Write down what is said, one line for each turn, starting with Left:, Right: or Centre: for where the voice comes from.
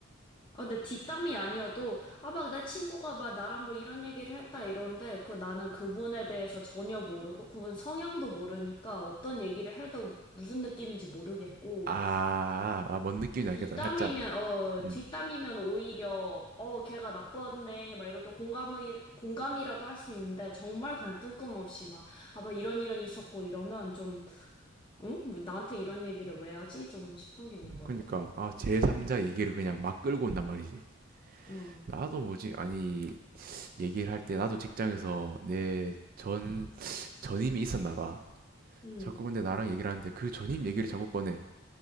Left: 아, 근데 뒷담이 아니어도, 아, 막 내 친구가 막 나랑 뭐 이런 얘기를 했다 이러는데, 그 나는 그분에 대해서 전혀 모르고, 그분 성향도 모르니까 어떤 얘기를 해도 무슨 느낌인지 모르겠고,
Right: 아, 아, 뭔 느낌인지 알겠다.
Left: 뒷담이면,
Right: 살짝.
Left: 어,
Right: 음.
Left: 뒷담이면 오히려, 어, 걔가 나빴네, 막 이렇게 공감이, 공감이라도 할 수 있는데, 정말 그냥 뜬금없이 막, 아, 막 이런 이런 있었고 이러면 좀, 응? 왜 나한테 이런 얘기를 왜 하지? 좀 싶은 게 있는 것
Right: 그러니까
Left: 같아.
Right: 아, 제3자 얘기를 그냥 막 끌고 온단 말이지.
Left: 어.
Right: 나도 뭐지? 아니, 얘기를 할 때 나도 직장에서 내 전 전임이 있었나 봐.
Left: 음.
Right: 자꾸 근데 나랑 얘기를 하는데 그 전임 얘기를 자꾸 꺼내.